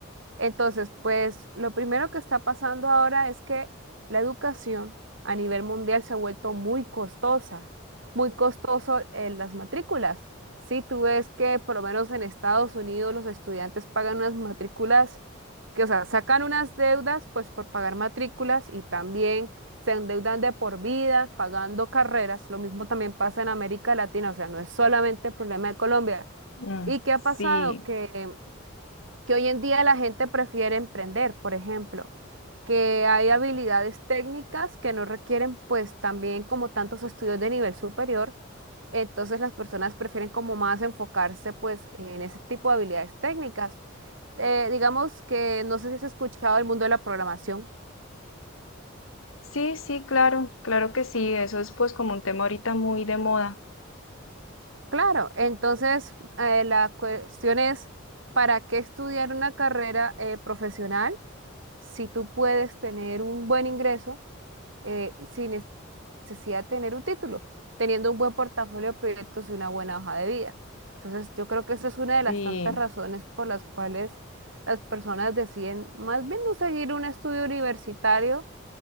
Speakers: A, on the right; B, on the left.
A: Entonces, pues lo primero que está pasando ahora es que la educación a nivel mundial se ha vuelto muy costosa, muy costoso en las matrículas. Si tú ves que por lo menos en Estados Unidos los estudiantes pagan unas matrículas que, o sea, sacan unas deudas pues por pagar matrículas y también se endeudan de por vida pagando carreras. Lo mismo también pasa en América Latina, o sea, no es solamente el problema de Colombia.
B: Mm,
A: ¿Y qué ha
B: sí,
A: pasado? Que que hoy en día la gente prefiere emprender, por ejemplo, que hay habilidades técnicas que no requieren pues también como tantos estudios de nivel superior, entonces las personas prefieren como más enfocarse pues en ese tipo de habilidades técnicas. Eh, digamos que no sé si has escuchado el mundo de la programación.
B: sí, sí, claro, claro que sí. Eso es pues como un tema ahorita muy de moda.
A: Claro, entonces eh, la cuestión es, ¿para qué estudiar una carrera eh, profesional si tú puedes tener un buen ingreso? eh, sin nes- necesidad de tener un título, teniendo un buen portafolio de proyectos y una buena hoja de vida. Entonces, yo creo que esa es una de las
B: y
A: tantas razones por las cuales las personas deciden más bien no seguir un estudio universitario,